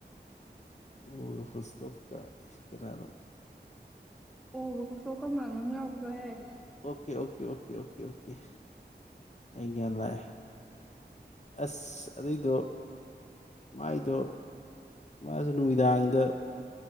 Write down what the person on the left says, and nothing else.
ꯑꯣ ꯒ ꯐꯨꯜꯁꯇ꯭ꯣꯞ ꯀ ꯀꯅꯥꯅꯣ
okay okay okay okay okay okay ꯑꯩ ꯒ꯭ꯌꯥꯟ ꯂꯥꯛꯑꯦ ꯑꯁ ꯑꯗꯨꯏꯗꯣ ꯃꯥꯏꯗꯣ ꯃꯥꯁꯨ ꯅꯨꯃꯤꯗꯥꯡꯗ